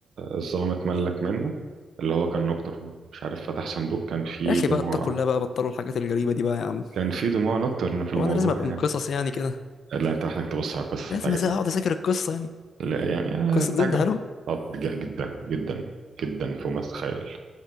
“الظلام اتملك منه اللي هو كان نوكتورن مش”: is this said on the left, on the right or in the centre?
Right